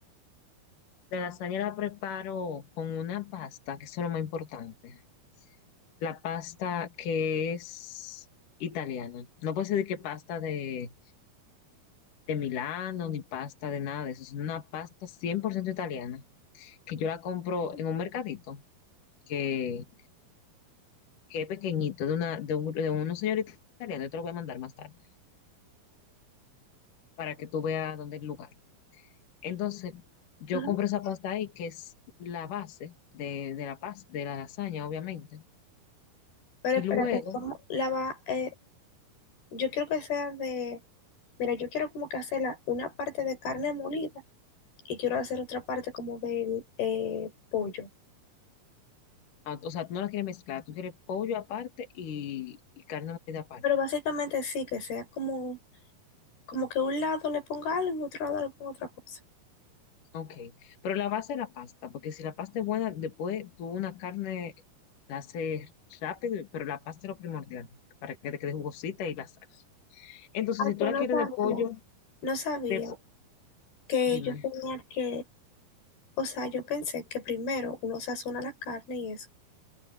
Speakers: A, on the left; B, on the left.
A: la lasaña la preparo con una pasta, que eso es lo más importante. La pasta que es italiana. No puedo decir que pasta de, de Milano ni pasta de nada de eso. Es una pasta 100% italiana, que yo la compro en un mercadito que, que es pequeñito, de, una, de, un, de unos señoritos italianos. Yo te lo voy a mandar más tarde para que tú veas dónde es el lugar. Entonces, yo
B: Ujú.
A: compro esa pasta ahí, que es la base de, de la pasta, de la lasaña, obviamente.
B: Pero
A: Y
B: espérate,
A: luego,
B: ¿cómo la va? eh, Yo quiero que sea de, mira, yo quiero como que hacer la una parte de carne molida y quiero hacer otra parte como del eh, pollo.
A: ah, o sea, tú no la quieres mezclar, tú quieres pollo aparte y, y carne molida aparte.
B: Pero básicamente sí, que sea como, como que un lado le ponga algo y otro lado le ponga otra cosa.
A: Ok, pero la base es la pasta, porque si la pasta es buena, después tú una carne la haces rápido, pero la pasta es lo primordial, para que te quede jugosita y la salsa. Entonces,
B: ¿A
A: si
B: que
A: tú la
B: no
A: quieres
B: sabía?
A: de pollo,
B: No sabía
A: de po-
B: que
A: dime.
B: yo tenía que, o sea, yo pensé que primero uno sazona la carne y eso.